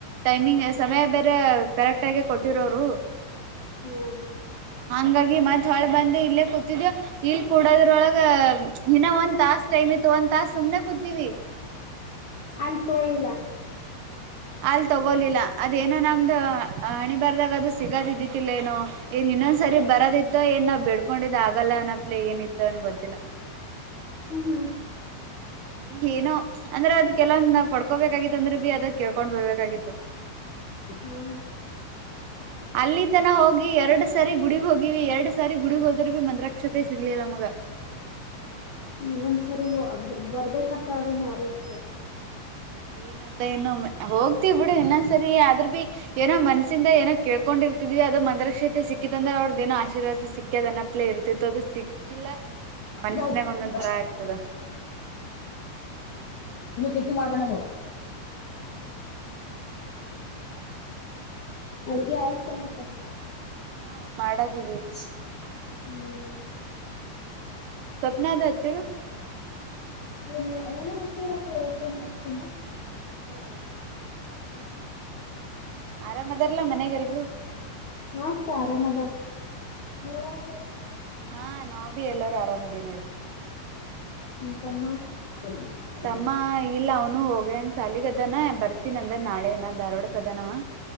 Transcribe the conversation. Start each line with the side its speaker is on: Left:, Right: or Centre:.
Right: ಟೈಮಿಂಗ್ ಸಮಯ ಬೇರೆ ಕರೆಕ್ಟ್ ಆಗೆ ಕೊಟ್ಟಿರೋರು
Left: ಹ್ಮ್
Right: ಹ ಹಂಗಾಗಿ ಮತ್ ಹೊಳೆ ಬಂದು ಇಲ್ಲೇ ಕೂತಿದ್ದವು ಇಲ್ಲಿ ಕೂಡೋದ್ರೊಳಗ ಇನ್ನ ಒಂದ್ ತಾಸ್ಟ್ ಟೈಮ್ ತ ಒಂದು ತಾಸ ಸುಮನೆ ಕುೂದಲಿವಿ
Left: ಅಲ್ಲಿ ತೋಳಿಲ್ಲ
Right: ಅಲ್ ತಗೋಲಿಲ್ಲ ಅದೇನೋ ನಮ್ದು ಹಣಿ ಬರ್ದಾಗ ಅದು ಸಿಗದ್ ಇದಿತಿಲ್ಲ ಏನೋ ಏನ್ ಇನ್ನೊಂದ್ ಸರಿ ಬರೋದಿತ್ತೋ ಏನ್ ನಾವ್ ಬೆಡ್ಕೊಂಡಿದ್ ಆಗಲ್ಲ ಅನಪ್ಲೆ ಏನಿತ್ತೋ ಅನ್ ಗೊತ್ತಿಲ್ಲ
Left: ಹ್ಮ್ ಹ್ಮ್
Right: ಅದ ಏನು ಅಂದ್ರೆ ಅದ ಕೆಲವಂದ ಪಡ್ಕೋಬೇಕಾಗಿತ್ತು ಅಂದ್ರೆ ಬಿ ಅದ ಕೇಳ್ಕೊಂಡ್ ಬರ್ಬೇಕಾಗಿತ್ತು <inaudible>
Left: ಹ್ಮ
Right: ಅಲ್ಲಿ ತನ ಹೋಗಿ ಎರಡ್ ಸಾರಿ ಗುಡಗ್ ಹೋಗಿವಿ ಎರಡ್ ಸಾರಿ ಗುಡಿಗ್ ಹೋದ್ರ ಭ ಮಂಕ್ಷತೆ ಸಿಗ್ಲಿಲ್ಲ ಮಗ <inaudible>
Left: ಇನ್ನೊಂದ್ಸರಿ ಬರ್ಬೇಕಂತ ಅದನ್ನ ಯಾರ ಹೊತ್ತಕ್ಕ
Right: ಏನಂತ ಇನ್ನು ಹೋಗ್ತೀವಿ ಬಿಡು ಇನ್ನೊಂದ್ಸರಿ ಆದ್ರ ಭಿ ಏನೋ ಮನ್ಸಿಂದ ಏನೋ ಕೇಳ್ಕೊಂಡು ಕೊಂಡ ಇರ್ದ್ವಿ ಅದು ಮಂತ್ರರಕ್ಷೇತೆ ಸಿಕ್ಕಿತ ಅಂದ್ರೆ ಅವ್ರದ್ದನೋ ಆಶೀರ್ವಾದ ಸಿಕ್ಕದ ಅನಪ್ಲೇ ಇರ್ತಿತ್ತು ಅದು ಸಿಕ್ಕಿಲ್ಲ ಮನ್ಸನ್ಯಾಗ
Left: ಭ
Right: ಒಂದೊಂದ್
Left: ಬ
Right: ತರ ಆಗ್ತದ
Left: ಹ್ಮ್ <unintelligible> ಕೇತಿ ಮಾಡಾರ್ಪ ಮ ಅಡಗೆ ಆಯ್ತನಕ
Right: ಹಾ ಮಾಡದೀವಿ
Left: ಹ್ಮ್
Right: ಸ್ವಪ್ನ ಅದು ಹಚ್ಚಿಡು
Left: ನಾನೇ ಹತ್ತಿರಕ್ಕ ಇವತ್ತ ಸಿನ್ನ
Right: ಹೌದು
Left: ಹ್ಮ
Right: ಆರಾಮ ಅದಾರಲ್ಲ ಮನೆಗೆಲ್ರು
Left: ನತ ಆರಾಮದಾರ ನೀರಾಮ
Right: ಹಾ ನಾವ್ ಬಿ ಎಲ್ಲರೂ ಆರಾಮ ಇದ ನೋಡು
Left: ನಿಮ ತಮ್ಮ ಹ್ಮ್
Right: ತಮ್ಮ ಇಲ್ಲ ಅವನು ಹೋಗನ್ ಸ ಅಾಲಗದಾನ ಬರ್ತೀನ ಅಂದ ನಾಳೆನ ಧಾರ್ವಾಡ ಕದ ಣವಾ